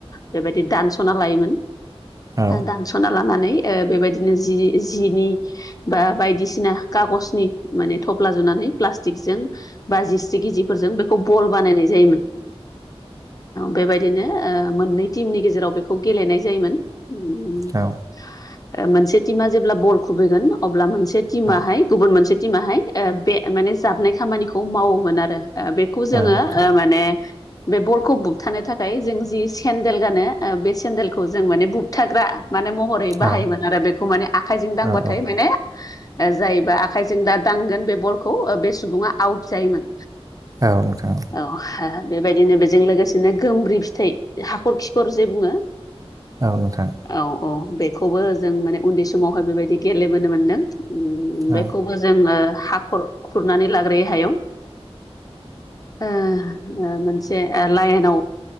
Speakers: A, on the left (about 35°); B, on the right (about 35°).
A: बेबायदि दानस'ना लायोमोन
B: औ
A: दानस ना लानानै बेबायदिनो जि-जिनि बा बायदिसिना कागजनि माने थफ्ला जुनानै प्लास्टिकजों बा जिस्रि गिजिफोरजों बेखौ बल बानायनाय जायोमोन। बेबायदिनो मोननै टिमनि गेजेराव बेखौ गेलेनाय जायोमोन। ओम
B: औ
A: ओ मोनसे टिमा जेब्ला बल खुबैगोन अब्ला मोनसे टिमाहाय
B: औ
A: गुबुन मोनसे टिमाहाय ओ बे माने जाबनाय खामानिखौ मावोमोन आरो ओ बे खौ
B: औ
A: जोंङो
B: नोंथां
A: ओ माने बे बलखौ बुबथानो थाखाय जों जि सेन्देल गानो ओ बे सेन्देलखौ जों माने बुुबथाग्रा माने मह रै
B: औ
A: बाहायोमोन आरो बेखौ माने आखाइजों दांबाथाय
B: औ औ
A: माने जायबा आखाइजों दा दांगोन बे बलखौ बे सुबुङा आउट जायोमोन।
B: औ नोंथां
A: औ बेबाय दिनो बेजों लोगोसेनो गोमब्रि फिथाइ हाखर खिखर जे बुङो
B: औ नोंथां
A: औ औ बेखौबो जों माने उन्दै समावहाय बेबायदि गेलेबोनो मोन्दों। ओम
B: औ
A: बेखौबो जोंङो हाखर खुरनानै लाग्रोयो हायाव ओ ओ मोनसे लाइनाव